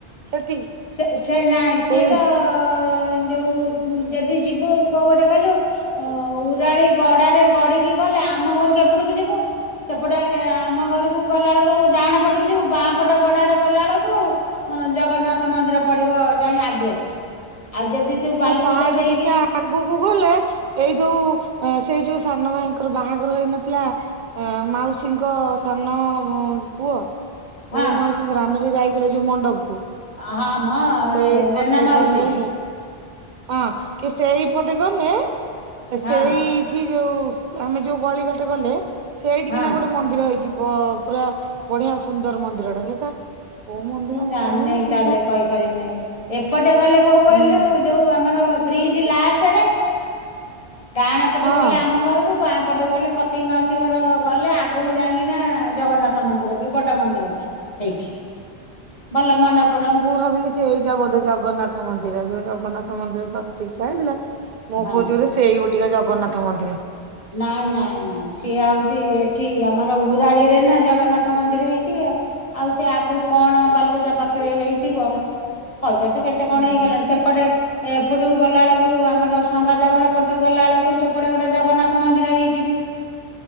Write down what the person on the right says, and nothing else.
ସେଠି
ସେଇ
ନାଁ ତା ଠୁ
ଟିକେ ଆଗକୁ ଗଲେ ଏଇ ଯୋଉ ସେଇ ଯୋଉ ସାନ ଭାଇଙ୍କର ବାହାଘର ହେଇ ନ ଥିଲା ଅ ମାଉସୀଙ୍କ ସାନ ପୁଅ।
କୋଉ ମାଉସୀଙ୍କର ଆମେ ଯୋଉ ଯାଇଥିଲେ ଯୋଉ ମଣ୍ଡପକୁ।
ସେଇପଟେ
ଗଲେ ହଁ। କି ସେଇପଟେ ଗଲେ ସେଇ ସେଇଠି
ଯୋଉ ଆମେ ଯୋଉ ଗଳି ବାଟେ ଗଲେ, ସେଇଠି
କିନା ଗୋଟେ ମନ୍ଦିର ହେଇଚି ପ-ପୁରା ବଢିଆ ସୁନ୍ଦର ମନ୍ଦିରଟା ସେଇଟା। କୋଉ ମନ୍ଦିର
ଜାଣିନି କିନ୍ତୁ
ମୁଁ
ହଁ
ମୁଁ ଭାବିଲି ସେ ଏଇଟା ବୋଧେ ଜଗନ୍ନାଥ ମନ୍ଦିର ଯୋଉ ଜଗନ୍ନାଥ ମନ୍ଦିର ପ୍ରତିଷ୍ଠା ହେଇଥିଲା ମୁ
କୋହୁଛି ବୋଧେ ସେଇ ଟିକେ ଜଗନ୍ନାଥ ମନ୍ଦିର
ହଁ
ହଁ